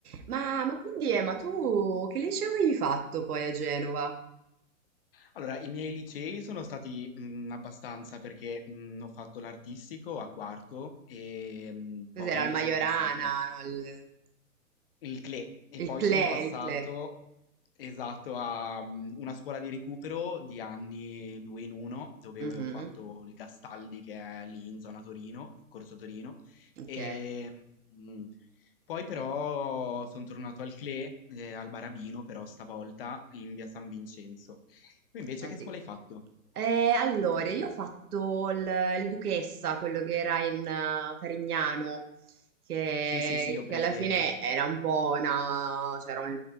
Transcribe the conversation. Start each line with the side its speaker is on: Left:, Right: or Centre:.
Right: Ma, ma quindi, eh, ma tu che liceo avevi fatto poi a Genova?
Left: Allora, i miei licei sono stati mh, abbastanza perché mh, ho fatto l'artistico a quarto e mh,
Right: Cos'era
Left: poi
Right: il Majorana,
Left: sono passato
Right: no? Il,
Left: il CLE e
Right: il
Left: poi
Right: CLE,
Left: sono passato
Right: il CLE.
Left: esatto a mh, una scuola di recupero di anni due in uno dove
Right: Mhm,
Left: ho fatto il Gastaldi che è lì in zona Torino, Corso Torino
Right: Ok.
Left: e mh, poi però sono tornato al CLE, eh, al Barabino però stavolta in via San Vincenzo. Tu invece
Right: Ah,
Left: che
Right: sì.
Left: scuola hai fatto?
Right: Eh, allora, io ho fatto il, il Duchessa, quello che era in eh, Carignano, che,
Left: Sì, sì, sì, ho
Right: che
Left: presente.
Right: alla fine era un po' una, c'era un,